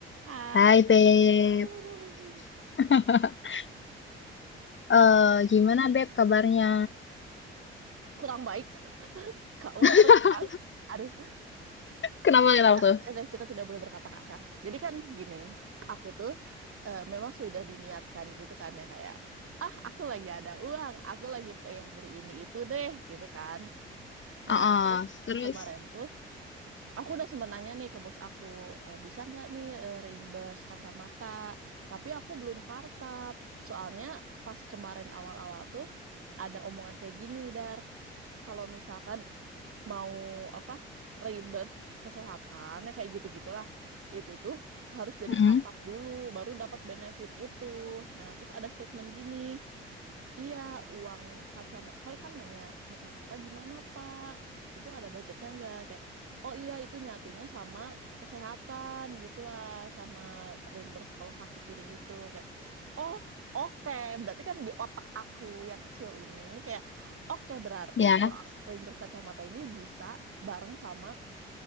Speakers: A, on the right (about 45°); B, on the left (about 40°).
A: Hai,
B: Hai Beb,
A: <laughs>
B: <laughs> eh gimana Beb kabarnya?
A: kurang baik. Kamu
B: <laughs>
A: harus tahu. Aduh,
B: Kenapa kenapa
A: kita,
B: tuh?
A: aduh, kita tidak boleh berkata kasar. Jadi kan gini, aku tuh eh, memang sudah diniatkan gitu kan ya kayak, ah aku lagi ada uang, aku lagi pengen beli ini itu deh gitu kan.
B: Oh,
A: Nah,
B: oh,
A: terus
B: terus,
A: kemarin tuh aku udah sempat nanya nih ke bos aku, "Eh, bisa nggak nih eh, reimburse kacamata? Tapi aku belum kartab. Soalnya pas kemarin awal-awal tuh ada omongan kayak gini, Dar. kalau misalkan mau apa reimburse kesehatan ya kayak gitu-gitulah itu tuh harus jadi
B: Mm-mm,
A: kartab dulu baru dapat benefit itu nah terus ada statement gini Iya, uang kacamata. Kalau kan nanya kacamata gimana, Pak? Itu ada budgetnya nggak? Kayak, oh iya itu nyatunya sama kesehatan gitulah, sama reimburse kalau sakit gitu gitu. Kayak, oh oke, Berarti kan di otak aku yang kecil ini kayak, oke berarti
B: ya,
A: kalau reimburse kacamata ini bisa bareng sama